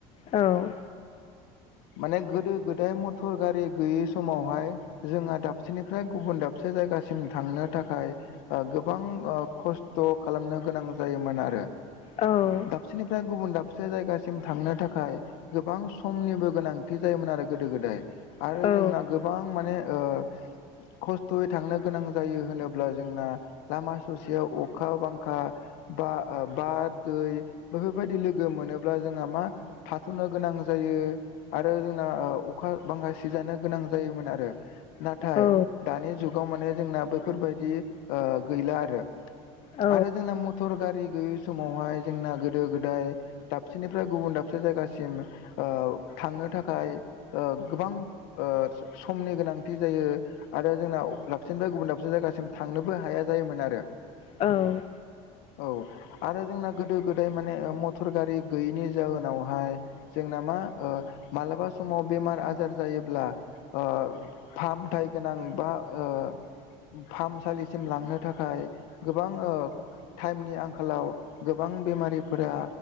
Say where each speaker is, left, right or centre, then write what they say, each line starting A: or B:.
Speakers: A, on the left; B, on the left.
A: औ
B: माने गोदो गोदाय मथर गारि गैयि समाव हाय जोंहा दाबसेनिफ्राय गुबुन दाबसे जायगासिम थांनो थाखाय। ओ गोबां ओ खस्थ' खालामनो गोनां जायोमोन आ
A: औ
B: दाबसेनिफ्राय गुबुन दाबसे जायगासिम थांनो थाखाय। गोबां समनिबो गोनांथि जायोमोन आरो गोदो गोदाय आरो
A: औ
B: जोंना गोब बां माने ओ खस्थ'यै थांनो गोनां जायो होनोब्ला जोंना लामा ससेयाव अखा बांखा बा ओ बा दै बेफोरबायदि लोगो मोनोब्ला जोंहा मा थाथ'नो गोनां जायो। आरो जोंना ओ अखा बांखा सिजानो गोनां जायोमोन आरो नाथाय
A: औ
B: दानि जुगाव माने जोंना बैफोरबायदि ओ गैला आरो
A: औ
B: आरो जोंना मटर गारि गैयै समाव हाय जोंना गोदो गोदाय। दाबसेनिफ्राय गुबुन दाबसे जायगासिम ओ थांनो थाखाय ओ गोबां ओ समनि गोनांथि जायो। आरो जोंना अफ दाबसिनिफ्राय गुबुन दाबसिन जायगासिम थांनोबो हाया जायोमोन आरो
A: औ
B: औ आरो जोंना गोदो गोदाय माने मटर गारि गैयैनि जाहोनाव हाय। जोंना मा ओ मालाबा समाव बेमार आजार जायोब्ला ओ फाहामथाय गोनां बा ओ फाहामसालिसिम लांनो थाखाय गोबां ओ टाइमनि आं खालाव गोबां बेमारिफोरा